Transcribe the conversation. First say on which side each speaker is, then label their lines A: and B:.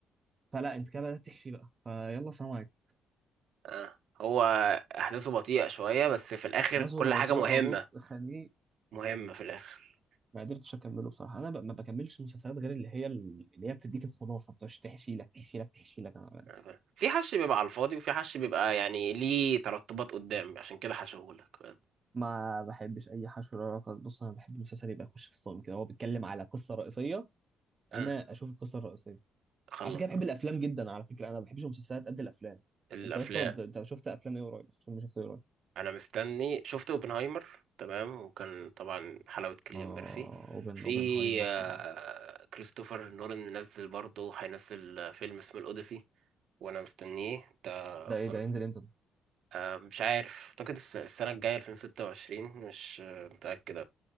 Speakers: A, on the right (about 35°); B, on the right (about 70°).
A: فلا انت كده بدات تحشي بقى فيلا سلام عليكم
B: اه هو احداثه بطيئة شوية بس في الاخر
A: نفسه
B: كل
A: بطيئة
B: حاجة مهمة
A: بطء خنيق
B: مهمة في الاخر
A: ما قدرتش اكمله بصراحه انا ب- ما بكملش مسلسلات غير اللي هي اللي هي بتديك الخلاصه بتاعش تحشي لك تحشي لك تحشي لك أنا
B: أها. في حش بيبقى على الفاضي وفي حش بيبقى يعني ليه ترتبات قدام عشان كده حشهولك
A: ما بحبش اي حشو ولا رقص بص انا بحب المسلسل يبقى يخش في الصمت كده هو بيتكلم على قصه رئيسيه انا
B: أه.
A: اشوف القصه الرئيسيه
B: خلص
A: عشان كده بحب الافلام جدا على فكره انا ما بحبش المسلسلات قد الافلام
B: الافلام
A: انت يا اسطى بت- انت شفت افلام ايه قريب فيلم شفته ايه قريب
B: انا مستني شفت اوبنهايمر تمام وكان طبعا حلاوة كيليان
A: اه
B: ميرفي
A: اوبن
B: في
A: اوبنهايمر
B: آه،
A: طبعا
B: كريستوفر نولان منزل برضه هينزل فيلم اسمه الاوديسي وانا مستنيه ده
A: ده
B: اصلا
A: ايه ده ينزل امتى ده
B: آه، مش عارف اعتقد الس- السنة الجاية 2026 مش آه، متأكد